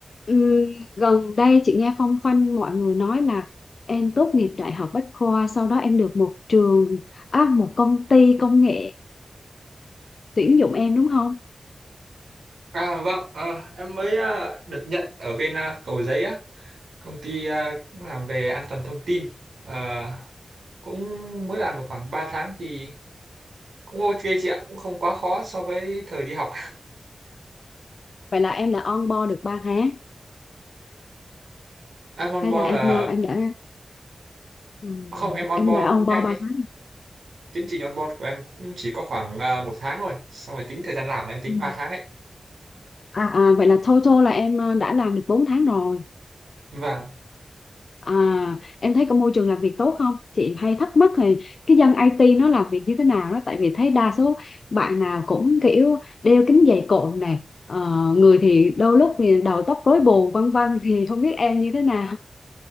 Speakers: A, on the left; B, on the right.
A: Ừm, gần đây chị nghe phong phanh mọi người nói là em tốt nghiệp Đại học Bách khoa sau đó em được một trường à, một công ty công nghệ tuyển dụng em đúng không?
B: À vâng, ờ, em mới ờ, được nhận ở bên ờ, Cầu Giấy á, công ty ờ, cũng làm về an toàn thông tin. Ờ, cũng mới làm được khoảng 3 tháng thì cũng ok chị ạ, cũng không quá khó so với thời đi học.
A: Vậy là em đã on board được 3 tháng
B: Em on
A: hay
B: board
A: là em
B: là
A: ờ, em đã ừm,
B: không, em on
A: em
B: board
A: đã on
B: cũng nhanh
A: board 3
B: ấy.
A: tháng.
B: Tiến trình on board của em cũng chỉ có khoảng ờ, một tháng rồi, xong rồi tính thời gian làm là em tính
A: Ừm.
B: 3 tháng ấy.
A: À, à vậy là total là em ờ, đã làm được 4 tháng rồi.
B: Và
A: À, em thấy có môi trường làm việc tốt không? Chị hay thắc mắc thì cái dân IT nó làm việc như thế nào đó tại vì thấy đa số bạn nào cũng kiểu đeo kính dày cộm này ờ, người thì đôi lúc thì đầu tóc rối bù vân vân thì không biết em như thế nào